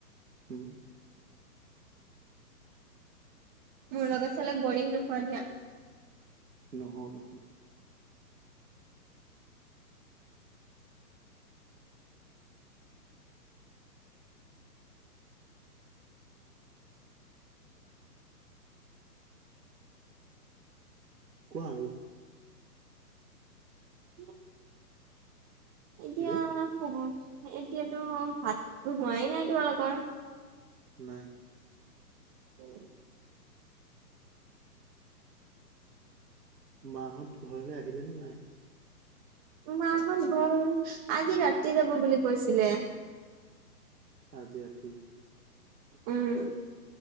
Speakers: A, on the right; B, on the right.
A: হম।
B: মোৰ লগত চালে বৰিং নোহোৱা দিয়া।
A: নহয়ও নহয়ও। কোৱা আৰু,
B: উম! এতিয়া
A: হেল্ল'
B: <unintelligible> এতিয়াতো ভাত হোৱাই নাই তোমালোকৰ
A: নাই।
B: অ'
A: মাহঁত ঘৰলে আহিলে নে নাই?
B: মাহঁত গ'ল আজি ৰাতি যাব বুলি কৈছিলে।
A: আজি ৰাতি,
B: উম!